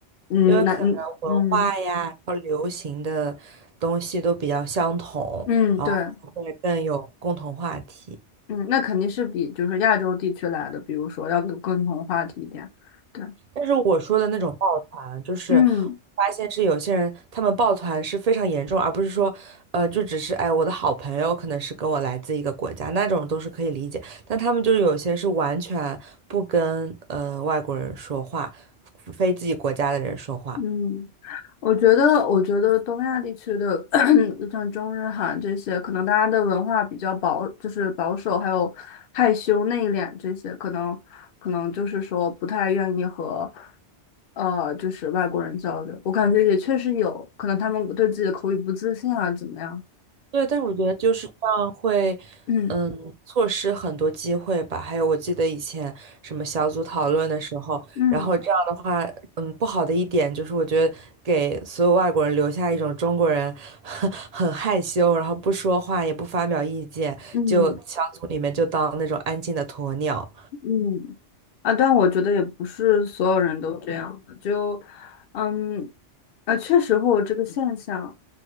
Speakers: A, on the left (about 60°); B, on the right (about 55°).
A: 嗯，
B: 因为可能文化呀，
A: 那嗯嗯
B: 然后流行的东西都比较相同，
A: 嗯，
B: 然后会更有共同话题。
A: 对，嗯，那肯定是比就是亚洲地区来的，比如说要有共同话题一点。对，
B: 但是我说的那种抱团，就是
A: 嗯
B: 发现是有些人他们抱团是非常严重，而不是说，呃，就只是哎，我的好朋友可能是跟我来自一个国家，那种都是可以理解。但他们就是有些是完全不跟呃外国人说话，非自己国家的人说话。
A: 嗯，我觉得我觉得东亚地区的 <clears throat> 就 <coughs> 像中日韩这些，可能大家的文化比较保，就是保守，还有害羞内敛这些，可能可能就是说不太愿意和。呃，就是外国人交流，我感觉也确实有可能他们对自己的口语不自信啊，怎么样？
B: 对，但是我觉得就是这样会，
A: 嗯。
B: 嗯，错失很多机会吧。还有，我记得以前什么小组讨论的时候，
A: 嗯
B: 然后这样的话，嗯，不好的一点就是，我觉得给所有外国人留下一种中国人 <laughs> 很害羞，然后不说话也不发表意见，
A: 嗯
B: 就小组里面就当那种安静的鸵鸟。
A: 嗯，啊，但我觉得也不是所有人都这样的就，嗯，啊，确实会有这个现象，